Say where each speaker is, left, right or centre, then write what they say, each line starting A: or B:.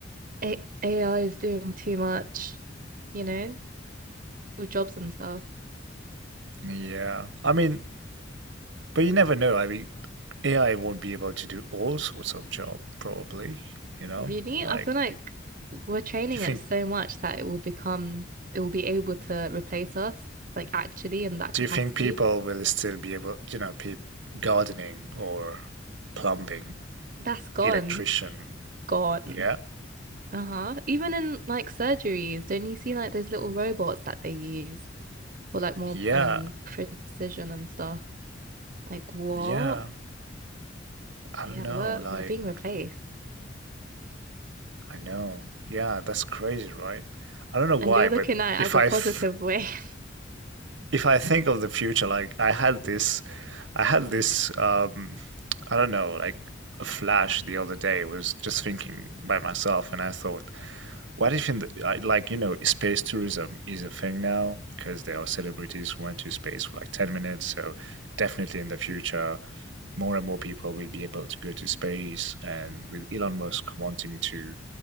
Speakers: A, on the right; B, on the right.
A: A AI is doing too much, you know, with jobs and stuff?
B: Yeah. I mean, But you never know. I mean, AI won't be able to do all sorts of job, probably, you know?
A: Really,
B: Like,
A: I feel like we're training
B: do you
A: it
B: think
A: so much that it will become, it will be able to replace us, like actually in that
B: do
A: capacity.
B: you think people will still be able, you know, pe gardening or plumbing,
A: That's gone,
B: electrician?
A: gone.
B: Yeah.
A: Uh-huh. Even in like surgeries, don't you see like those little robots that they use for like more
B: Yeah.
A: um precision and stuff? Like what?
B: Yeah. I
A: Yeah,
B: don't know.
A: we're
B: Like,
A: we're being replaced.
B: I know. Yeah, that's crazy, right? I don't know why,
A: And you're looking
B: but
A: at
B: if
A: it as a
B: I
A: positive
B: th
A: way. <laughs>
B: if I think of the future, like I had this, I had this, um, I don't know, like a flash the other day. I was just thinking by myself, and I thought, what if in the, I- like you know space tourism is a thing now because there are celebrities who went to space for like 10 minutes so definitely in the future more and more people will be able to go to space and with Elon Musk wanting to